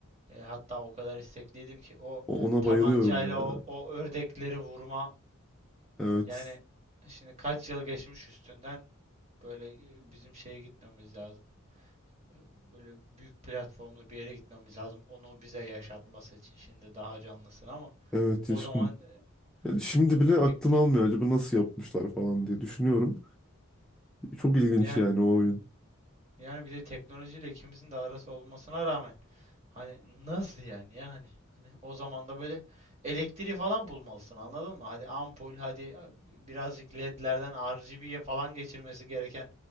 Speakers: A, on the right; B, in the centre.
A: E, hatta o kadar istekliydim ki o
B: O- Ona
A: tabancayla
B: bayılıyorum ya.
A: o, o ördekleri vurma
B: Evet.
A: yani şimdi kaç yıl geçmiş üstünden Böyle e, bizim şeye gitmemiz lazım. E, Böyle büyük platformlu bir yere gitmemiz lazım. Onu bize yaşatması için şimdi daha canlısın ama
B: Evet.
A: o
B: Şimdi,
A: zaman e,
B: yani şimdi
A: çok
B: bile
A: epikti
B: aklım almıyor
A: yani.
B: acaba nasıl yapmışlar falan diye düşünüyorum. Çok ilginç
A: Yani
B: yani o oyun.
A: Yani bir de teknolojiyle ikimizin de arası olmasına rağmen hani nasıl yani ya hani hani o zaman da böyle elektriği falan bulmalısın anladın mı? Hadi ampul hadi e, birazcık LED'lerden RGB'ye falan geçirmesi gereken